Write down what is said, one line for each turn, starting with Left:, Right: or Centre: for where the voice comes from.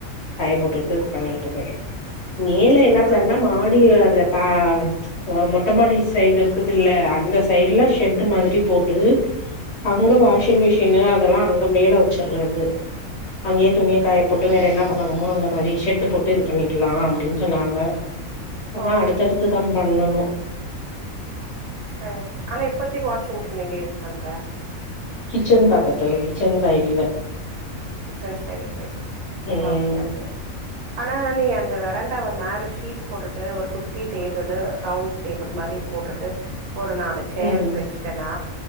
Left: காய போட்டுட்டு இது பண்ணிக்கிட்டு இருக்கறது மேல என்ன
Right: பரவால்ல
Left: பிளான்னா மாடிய அந்த தா மொட்ட மாடி சைடு இருக்குதுல்ல அந்த சைடுலா ஷெட்டு் மாரி போட்டு அங்க வாஷிங் மிஷினு அதெல்லா அங்க மேல வெச்சுர்றது அங்கேயே துணிய காய போட்டு வேற என்ன பண்ணணுமோ அந்த மாரி ஷெட்டு போட்டு இது பண்ணிக்கலா அப்டின் சொன்னாங்க அதல்லா
Right: ஓ
Left: அடுத்தடுத்துதா பண்ணணு
Right: சேர் சேர் ஆனா இப்பத்திக்கு வாஷி்ங் மிஷின் எங்க யூஸ் பண்ற
Left: கிச்சன் பாக்கத்துல கிச்சன் சைடுல
Right: கிச்சன் சைட்ல
Left: ம்
Right: ஓகே ஓகே
Left: <inaudible>
Right: ஆனா நீ அந்த வெரண்டாவ மேல ஷீட் போட்டுட்டு ஒரு குட்டி டேபுளு ரவுண்ட் டேபிள் மாரி போட்டுட்டு ஒரு நாளைக்கு சேர்ஸ்
Left: ம்
Right: வெச்சுட்டேன்னா